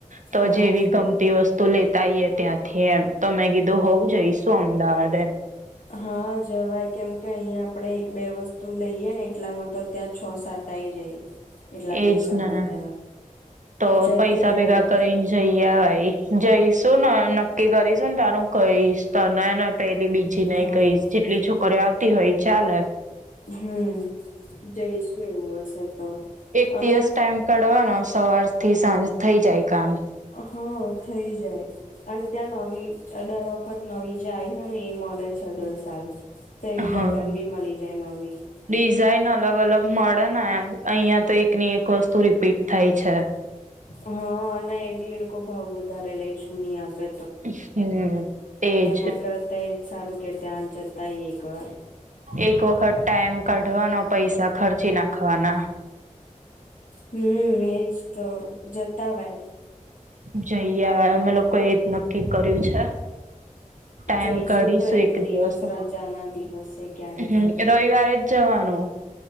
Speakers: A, on the right; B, on the left.
A: તો
B: હા
A: જેવી ગમતી વસ્તુ લેતાઈએ ત્યાંથી એમ તો મેં કીધું હોવું જઈશું. અમદાવાદ એ
B: હા જવાય કેમ કે અહીયાં આપડે એક બે વસ્તુ લઈએ ને એટલામાં તો ત્યાં છ સાત થઈ જાય એટલા
A: એજ
B: પૈસા
A: ને
B: માં તે
A: તો
B: જતું
A: પૈસા
B: રહવાય
A: ભેગા કરીને જઈ અવાઈ જઈશું ને નક્કી કરીશું ને તારું કઈશ તને ને પેલી બીજી નેઈ
B: હા
A: કઈશ જેટલી છોકરી આવતી હોય ચાલે
B: હમ જઈશું એવું હશે તો
A: એક
B: અને
A: દિવસ ટાઈમ કરવાઢવાનો સવાર થી સાંજ થઇ જાય કામ
B: હા થઈ જાય અને ત્યાં નવી દર વખત નવી જે આવી હોય ને એ મળે છે દર સાલ તેવી ઈ
A: હા
B: પેટર્ન બી મળી જાય નવી
A: ડિઝાઇન અલગ અલગ મળે ને અહિયાં તો એક ની એક વસ્તુ રીપીટ થાય છે.
B: હા અને બી એ લોકો ભાવ વધારે લે જૂની આપે
A: હમ એજ
B: એના કરતા એ સારું કે ત્યાં જતાય એક વાર
A: એક વખત ટાઈમ કાઢવાનો પૈસા ખર્ચી નાખવાના
B: હમ એજ તો જતાવાય
A: જઈ અવાય અમે લોકો એ જ નક્કી કર્યું છે. ટાઈમ
B: જઈશુ
A: કાઢીશું
B: તો એક દિવસ
A: દિવસમાં
B: રજા ના દિવસે ક્યારેક
A: હમ રવિવારે જ જવાનું